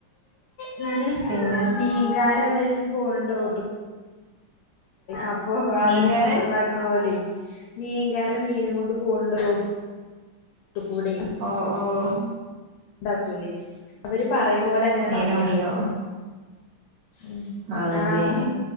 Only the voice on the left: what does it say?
പിന്നെ
മീങ്കാരൻ വരെ പോണിണ്ട് റോട്ട് അപ്പൊ അവര്
സൗണ്ട് ഉണ്ടാക്കണ പോലെ മീൻകാരൻ മീനും കൊണ്ട് പോണിണ്ട് റോട്ട് ട്ട് കൂടെ.
ഉണ്ടാക്കൂല്ലേ അവര് പറയണ പോലെ അങ്ങനെ
പയ്യ
ഉം.
ആഹ്